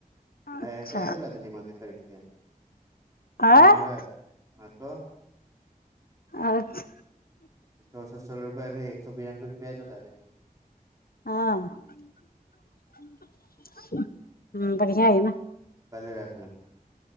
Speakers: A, on the left; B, on the right.
A: अच्छा
B: आय प्याजो ला देलीय माँ के खरीदके
A: आँ
B: ई हमरा हँ त
A: अच्छ
B: चौसठ सौ रुपैआ रहै एक सौ बिरानबे रू प्याजो ला देेलिय
A: हँ <inaudible> <unintelligible> ह्म बढ़िआ अइ न
B: काल्हि राति में